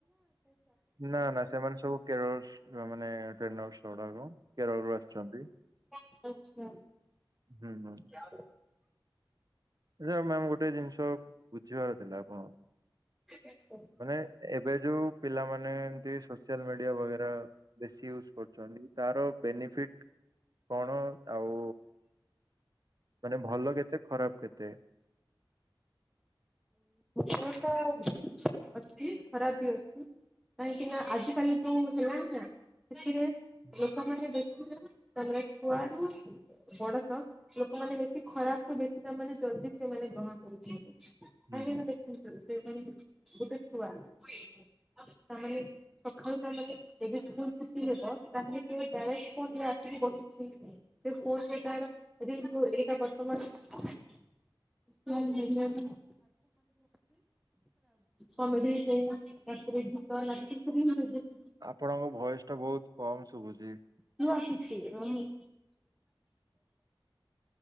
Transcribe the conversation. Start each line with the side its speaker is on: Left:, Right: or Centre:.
Right: ନା ନା ସେମାନେ ସବୁ କେରଳ ସୁ ମାନେ ଟେନର୍ସ୍ ଗୁଡାକ କେରଳରୁୁ ଆସିଛନ୍ତି
Centre: ଆଚଛା
Right: ହୁଁ ହୁଁ
Centre: ହଉ
Right: ମ୍ୟାମ ଗୋଟେ ଜିନିଷ ବୁଝିବାର ଥିଲା ଆପଣ
Centre: ଆି <unintelligible>
Right: ମାନେ ଏବେ ଯୋଉ ପିଲାମାନେ ଏମତି ସୋସିଆଲ ମିଡିଆ ବେରା ବେଶୀ ୟୁଜ କରୁଛନ୍ତି ତାର ବେନିଫିଟ କଣ ଆଉ ମାନେ ଭଲ କେତେ ଖରାପ କେତେ
Centre: ଷା <unintelligible> ଅଛି ଖରାପିଅଛି କାହିଁକି ନା ଆଜିିକାଲି ଯୋଉ ହେଲା ନା ସେଥିରେ
Right: ହୁଁ
Centre: ଲୋକମାନେ ଦେଖିଲେ। କଲ କୁଆ <unintelligible> ବଡ ତ ଲୋକମାନେ ବେଶୀ ଖରାପ କୁ ବେଶି ତାମାନେ ଜଲଦି ସେମାନେ ଗ୍ରହଣ କରୁଛନ୍ତି।
Right: ହୁଁ।
Centre: କଁ ଦେଖନ୍ତ ସେ ଗୋଟେ ଛୁଆ ତାମାନେ ସକାଳୁ ତାହଲେ ଦେବେଦର ଖୁସି ହେବ ସେ କେ <unintelligible> ଆସିକି ବସିଛି ସେ ଫୋ ସେ <unintelligible> ଥ ମନ୍ଦଛି <unintelligible> କମେଡି ଫ୍ ତାପରେ ଗୀତ ଲ କି ବି ମି <unintelligible>
Right: ଆପଣଙ୍କ ଭଏଶ୍ ଟା ବହୁତ କମ ଶୁଭୁଛି
Centre: ହୁ ଆଶୁଛି ନନି